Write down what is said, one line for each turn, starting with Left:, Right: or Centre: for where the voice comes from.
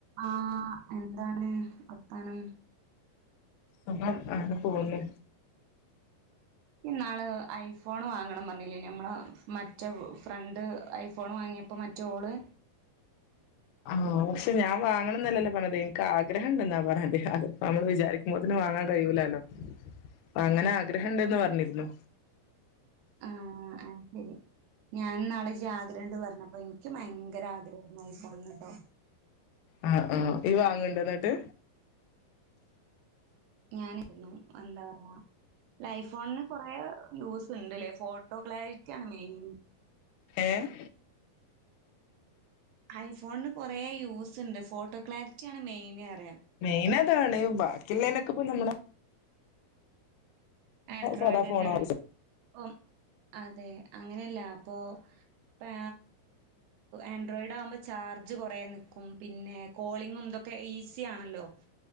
Right: ആഹ് എന്താണ് വത്താനം
Left: സുഖം അങ്ങന പോവ്ന്ന്
Right: ഇയ് ന്നാള് ഐ ഫോൺ വാങ്ങണം പറഞ്ഞില്ലേ നമ്മള് മറ്റേ ഫ്രണ്ട് ഐ ഫോൺ വാങ്ങി അപ്പോ മറ്റേ ഓള്
Left: ആഹ് പക്ഷെ ഞാ വാങ്ങണം ന്നല്ലല്ലോ പറഞ്ഞത് എനിക്ക് ആഗ്രഹം ഇണ്ട്ന്നാ പറഞ്ഞത് അത് നമ്മൾ വിചാരി ക്ക്ബോത്തിന് വാങ്ങാകഴിയൂല്ലല്ലോ അങ്ങനെ ആഗ്രഹം ഇണ്ട്ന്ന് പറഞ്ര്ന്നു
Right: ആഹ് ആത് ശരി ഞാൻ ഇന്നാൾ ഇജ് ആഗ്രഹണ്ട് പറഞ്ഞപ്പോ ഇന്ക്കും ഭയങ്കര ആഗ്രഹേ ര്ന്നു ഐ ഫോൺട്ടോ
Left: ആഹ് ആഹ് ഇയ്യ് വാങ്ണ്ടോ ന്ന്ട്ട്
Right: ഞാൻ രുന്നു എന്താ പറയാ ല്ല ഐ ഫോണ്ന് കൊറേ യൂസ് ഇണ്ട്ല്ലേ ഫോ ഇപ്പോ ക്ലാരിറ്റിയാണ് മെയിൻ
Left: ഏഹ്
Right: ഐഫോണ്ന് കൊറേ യൂസ് ഇണ്ട് ഫോട്ടോ ക്ലാരിറ്റിയാ ണ് മെയിൻ പറയാ
Left: മെയിൻ അതാണ് ബാക്കിളേളനൊക്കെ പ്പ നമ്മള
Right: ആൻഡ്രോയിഡ
Left: സാധാ ഫോണാ
Right: ന്നേണ് ഉം അതെ അങ്ങനെയല്ല അപ്പൊ പ ആൻഡ്രോയിഡ് ആവുമ്പോ ചാർജ് കൊറേ നിക്കും പിന്നെ കോളിങ്ങും ഇതൊക്കെ ഈസി ആണല്ലോ